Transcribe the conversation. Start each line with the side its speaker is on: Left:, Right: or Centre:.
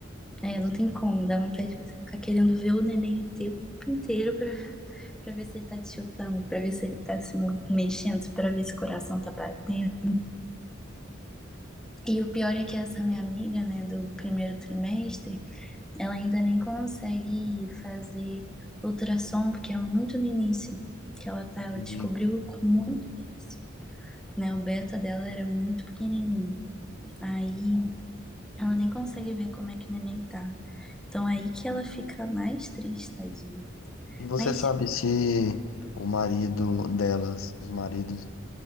Left: tá,
Centre: É,
Left: com
Centre: não
Left: certeza.
Centre: tem como, dá vontade de você ficar querendo ver o neném o tempo inteiro pra, pra ver se ele tá te chutando, pra ver se ele tá se mexendo, pra ver se o coração tá batendo. E o pior é que essa minha amiga, né, do primeiro trimestre, ela ainda nem consegue fazer ultrassom, porque é muito no início que ela tá,
Left: Entendi.
Centre: ela descobriu com muito no início, né? O beta dela era muito pequenininho. Aí ela nem consegue ver como é que o neném tá. Então é aí que ela fica mais triste, tadinha.
Left: E você
Centre: Mas
Left: sabe se o marido delas, os maridos,